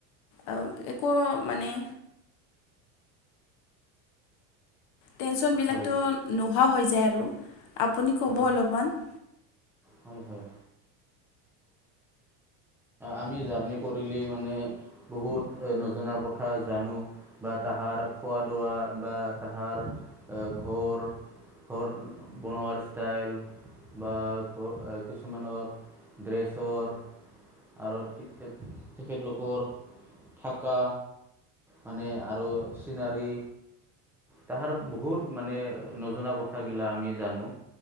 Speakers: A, on the left; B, in the centre.
A: আৰু একো মানে টেনশনবিলাকতো
B: হয়
A: নোহোৱা হৈ যায় আৰু আপুনি ক'ব
B: হয়
A: অলপমান
B: হয়, হয়। আমি জাৰ্ণি কৰিলে মানে বহুত নজনা কথা জানো বা তাহাৰ খোৱা দোৱা বা তাহাৰ ঘৰ ঘৰ বনোৱাৰ ষ্টাইল বা কিছুমানৰ ড্ৰেছৰ আৰু তেখেত তেখেতলোকৰ থাকা মানে আৰু চিনাৰী তাহাৰ বহুত মানে নজনা কথাগিলা আমি জানো।